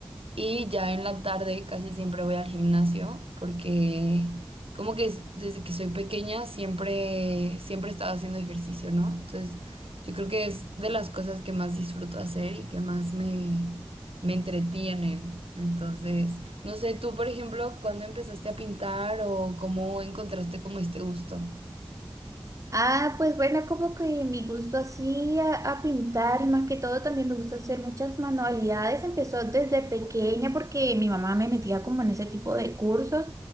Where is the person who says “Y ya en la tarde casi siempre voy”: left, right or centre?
Right